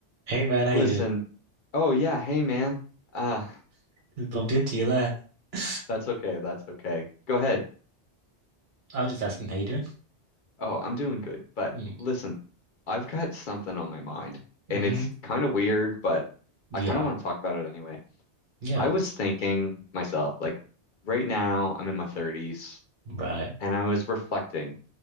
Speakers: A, on the right; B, on the left.
A: Hey man, how
B: Listen,
A: you doing?
B: oh yeah, hey man. Uh,
A: <laughs> Bumped into you there. <laughs> I
B: that's okay, that's okay. Go ahead.
A: was just asking how you doing.
B: Oh, I'm doing good. But
A: Mm.
B: listen, I've got something on my mind,
A: hmm
B: and it's kind of weird, but
A: Yeah.
B: I kind of want to talk about it anyway.
A: Yeah.
B: I was thinking myself, like right now, I'm in my 30s,
A: Right.
B: and I was reflecting